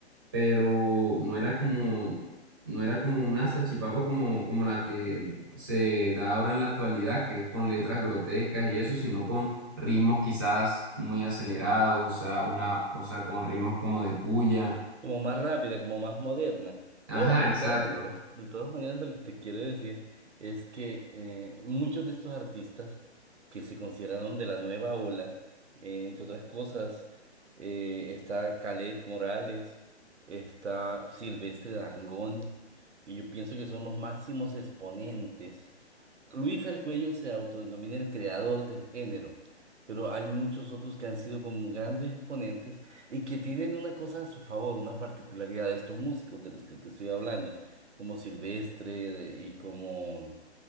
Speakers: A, on the right (about 20°); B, on the right (about 85°).
A: pero no era como, no era como una salchipapa como, como la que se da ahora en la actualidad, que es con letras grotescas y eso, sino con ritmos quizás muy acelerados, o sea, una, o sea, con ritmos como de puya.
B: como más rápida, como más moderna.
A: Ajá,
B: No, de
A: exacto.
B: todas maneras, de todas maneras lo que te quiero decir es que eh, muchos de estos artistas que se consideraron de la nueva ola, eh, entre otras cosas, eh, está Kaleth Morales, está Silvestre Dangond, y yo pienso que son los máximos exponentes Luis Fer Cuello se autodenomina el creador del género, pero hay muchos otros que han sido como grandes exponentes y que tienen una cosa a su favor, una particularidad de estos músicos de los que te estoy hablando, como Silvestre de- y como